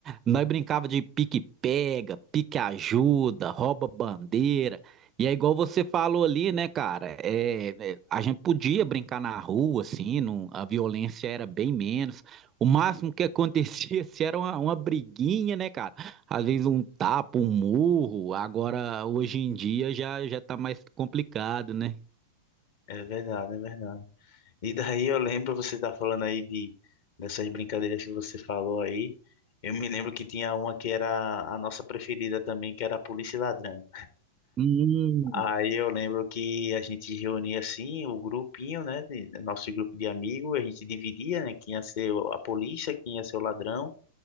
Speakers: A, on the right (about 30°); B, on the left (about 50°).
A: Nós brincava de pique-pega, pique-ajuda, rouba-bandeira. E é igual você falou ali, né, cara? É, é, a gente podia brincar na rua, assim, não- a violência era bem menos. O máximo que acontecia <laughs> se era uma, uma briguinha, né, cara? Às vezes um tapa, um murro. Agora, hoje em dia, já, já tá mais complicado, né?
B: É verdade, é verdade. E daí eu lembro, você tá falando aí de dessas brincadeiras que você falou aí. Eu me lembro que tinha uma que era a nossa preferida também, que era a polícia e ladrão.
A: Hum,
B: Aí eu lembro que a gente reunia assim o grupinho, né, de- nosso grupo de amigos, a gente dividia, né, quem ia ser o- a polícia, quem ia ser o ladrão.